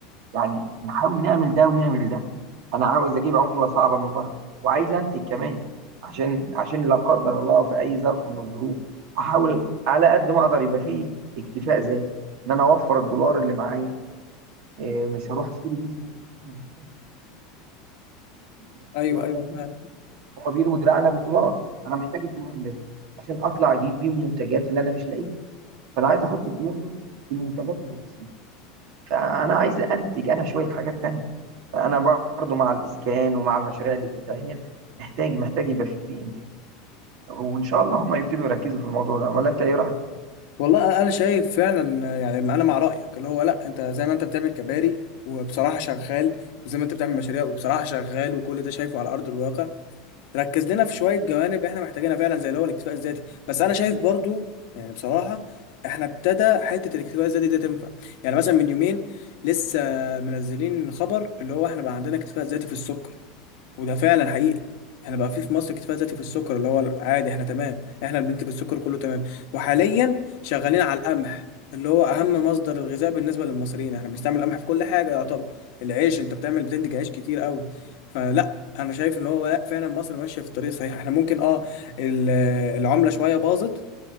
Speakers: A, on the right; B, on the left.
A: يعني نحاول نعمل ده ونعمل ده انا عاوز اجيب عمله صعبه من بره وعايز انتج كمان عشان عشان لا قدر الله في اي ظرف من الظروف احاول على قد ما اقدر يبقى فيه اكتفاء ذاتي ان انا اوفر الدولار اللي معايا إيه، مش هروح اشتري بيه شويه حاجات مالهاش لازمه الدولار
B: أيوه أيوه
A: ده بيفرق
B: فعلا
A: هما بيلوا دراعنا بالدولار انا محتاج الدولار ليه عشان اطلع اجيب بيه المنتجات اللي انا مش لاقيها فانا عايز احط الدولار ده في المنتجات الرئيسيه فانا عايز انتج انا شويه حاجات تانية فانا برضو مع الاسكان ومع المشاريع اللي بتتعمل محتاج محتاج يبقى في انتاج وان شاء الله هم يبتدوا يركزوا في الموضوع ده ولا انت ايه رايك
B: والله أنا شايف فعلا يعني أنا مع رأيك اللي هو لأ أنت زي ما أنت بتعمل كباري وبصراحة شغال وزي ما أنت بتعمل مشاريع وبصراحة شغال وكل ده شايفه على أرض الواقع ركز لنا في شويه جوانب احنا محتاجينها فعلا زي اللي هو الاكتفاء الذاتي بس انا شايف برضو يعني بصراحه احنا ابتدى حته الاكتفاء الذاتي ده تنفع يعني مثلا من يومين لسه منزلين خبر اللي هو احنا بقى عندنا اكتفاء ذاتي في السكر وده فعلا حقيقي احنا بقى في في مصر اكتفاء ذاتي في السكر اللي هو عادي احنا تمام احنا اللي بننتج السكر كله تمام وحاليا شغالين على القمح اللي هو اهم مصدر الغذاء بالنسبه للمصريين احنا بنستعمل القمح في كل حاجه يعتبر العيش انت بتعمل بتنتج عيش كتير قوي فلا انا شايف ان هو لا فعلا مصر ماشيه في الطريق الصحيح احنا ممكن اه ال- العمله شويه باظت